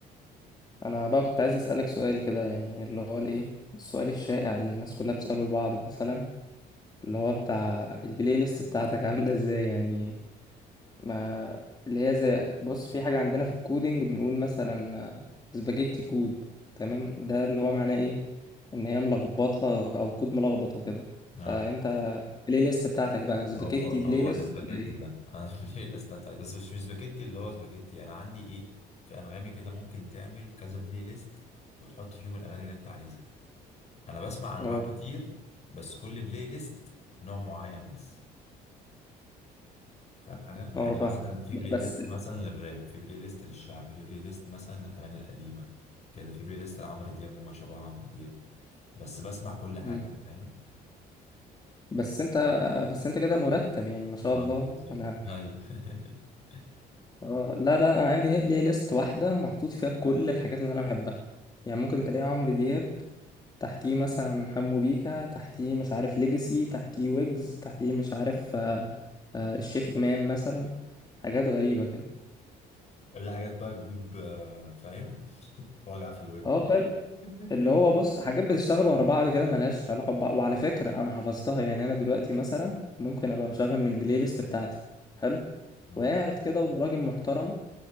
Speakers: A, on the left (about 25°); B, on the left (about 40°).
A: انا بقى كنت عايز اسالك سؤال كده يعني اللي هو الايه السؤال الشائع اللي الناس كلها بتساله لبعض مثلا اللي هو بتاع البلاي ليست بتاعتك عامله ازاي يعني ما اللي هي زي بص في حاجه عندنا في الكودينج بنقول مثلا سباجيتي كود تمام ده اللي هو معناه ايه ان هي ملخبطه او كود ملخبط وكده فانت
B: اه
A: البلاي ليست بتاعتك بقى سباجيتي
B: هو هو
A: بلاي ليست
B: الاسباجيتي
A: ولا ايه
B: ده انا <laughs> ليه الاستاذ بس مش مش سباجيتي اللي هو سباجيتي انا عندي ايه في انغامي كده ممكن تعمل كذا بلاي ليست وتحط فيهم الاغاني اللي انت عايزها انا بسمع انواع
A: أه.
B: كتير بس كل بلاي ليست نوع معين بس فاهم حاجه يعني
A: اه فاهم
B: مثلا في بلاي
A: بس
B: ليست مثلا للراب في بلاي ليست للشعب في بلاي ليست مثلا للاغاني القديمه كده في بلاي ليست لعمرو دياب وما شابه عمرو دياب بس بسمع كل حاجه
A: مم.
B: فاهم
A: بس انت بس انت كده مرتب يعني ما شاء
B: اه
A: الله
B: بالظبط
A: انا
B: ايوه <laughs>
A: اه لا لا انا عندي هي بلاي ليست واحده محطوط فيها كل الحاجات اللي انا بحبها يعني ممكن تلاقي عمرو دياب تحتيه مثلا حمو بيكا تحتيه مش عارف ليجاسي تحتيه ويجز تحتيه مش عارف آه، آه، الشيخ امام مثلا حاجات غريبه كده
B: اللي حاجات بقى تجيب آه، فاهم <laughs> وجع في الود
A: اه فاهم
B: <laughs>
A: اللي هو بص حاجات بتشتغل ورا بعض كده ملهاش علاقة ببعض وعلى فكرة أنا حفظتها يعني أنا دلوقتي مثلا ممكن أبقى مشغل من البلاي ليست بتاعتي حلو
B: امم
A: وقاعد كده وراجل محترم